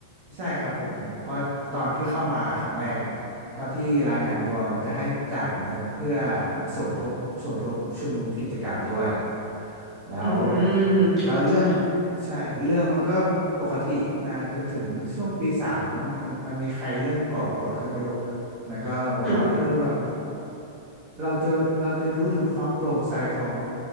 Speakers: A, on the right; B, in the centre.
A: ใช่ครับผมเพราะตอนที่เข้ามาครั้งแรกอะตอนที่รายงานตัวมันจะให้จ่ายเงินเพื่อสมทบสมทบชุมนุมกิจกรรมด้วยแล้ว
B: อืมเข้าใจ
A: แล้วเรื่องใช่เรื่องมันก็ปกติมาจนถึงช่วงปีสามมั้งมันมันมีใครเริ่มก่อวอร์ดขึ้นไม่รู้ แล้วก็บอกว่าเออแบบ
B: อืม
A: เราจะเราจะรู้ถึงความโปร่งใสของ